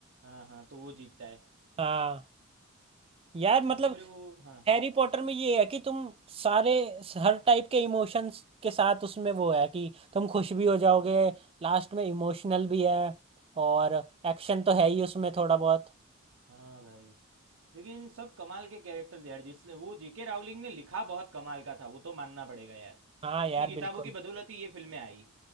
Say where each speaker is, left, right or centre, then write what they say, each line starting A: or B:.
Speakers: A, on the right; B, on the right.
A: हाँ हाँ तो वो जीतता है
B: हाँ यार मतलब
A: वो मेरे को हाँ
B: हैरी पॉटर में ये है कि तुम सारे हर टाइप के इमोशंस के साथ उसमें वो है कि तुम खुश भी हो जाओगे लास्ट में इमोशनल भी है और एक्शन तो है ही उसमें थोड़ा बहुत
A: हाँ भाई लेकिन सब कमाल के कैरेक्टर्स यार जिसने वो जेके रावलिंग ने लिखा बहुत कमाल का था वो तो मानना पड़ेगा यार
B: हाँ
A: उसकी
B: यार
A: किताबों
B: बिल्कुल
A: की बदौलत ही ये फिल्में आई